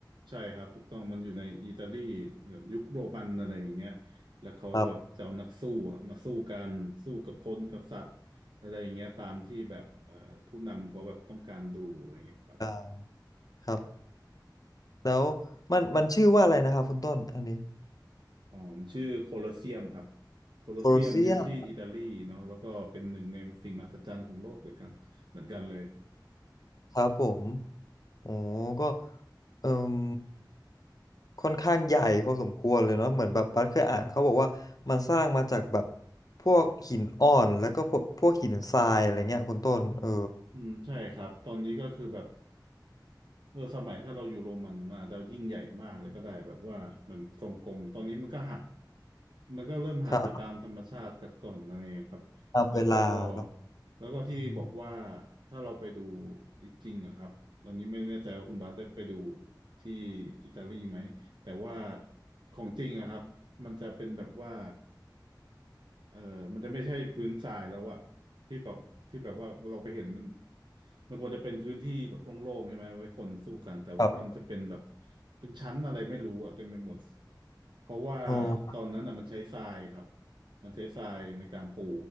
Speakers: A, on the right; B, on the left.
A: ใช่ครับถูกต้องมันอยู่ในอิตาลียุคโรมันอะไรอย่างเงี้ยแล้วเขาจะแบบจะเอานักสู้อะมาสู้กันสู้กับคนกับสัตว์อะไรอย่างเงี้ยตามที่แบบเอ่อผู้นำเขาแบบต้องการดูอะไรอย่างเงี้ยครับ
B: ครับอ่าครับแล้วมันมันชื่อว่าอะไรนะครับคุณต้นอันนี้
A: อ๋อมันชื่อโคลอสเซียมครับโคลอสเซียมอยู่ที่อิตาลีเนาะแล้วก็เป็นหนึ่งในสิ่งมหัศจรรย์ของโลกเหมือนกันเหมือนกันเลย
B: โคลอเซียม ครับผมโอ้ก็เอ่มค่อนข้างใหญ่พอสมควรเลยเนาะเหมือนแบบบัสเคยอ่านเขาบอกว่า มันสร้างมาจากแบบ พวกหินอ่อนแล้วก็พวกพวกหินทรายอะไรเงี้ยคุณต้นเออ
A: อืมใช่ครับตอนนี้ก็คือแบบ เออสมัยถ้าเราอยู่โรมันมันอาจจะยิ่งใหญ่มากเลยก็ได้แบบว่ามันทรงกลมตอนนี้มันก็หักมันก็เริ่มหักไปตามธรรมชาติกัดกร่อนอะไรอย่างเงี้ยครับแล้วก็
B: ครับตามเวลาเนาะ
A: แล้วก็ที่บอกว่า
B: อืม
A: ถ้าเราไปดูจริงๆอะครับตอนนี้ไม่แน่ใจว่าคุณบาสได้ไปดูที่อิตาลีไหมแต่ว่าของจริงอะครับมันจะเป็นแบบว่า เออมันจะไม่ใช่พื้นทรายแล้วอะที่แบบที่แบบว่าเราไปเห็นมันมันควรจะเป็นพื้นที่แบบโล่งๆใช่ไหมไว้คนสู้กันแต่แบบมันจะเป็นแบบ
B: ครับ
A: เป็นชั้นอะไรไม่รู้อะเต็มไปหมดเพราะว่า
B: โอ้
A: ตอนนั้นอะมันใช้ทรายครับมันใช้ทรายในการปู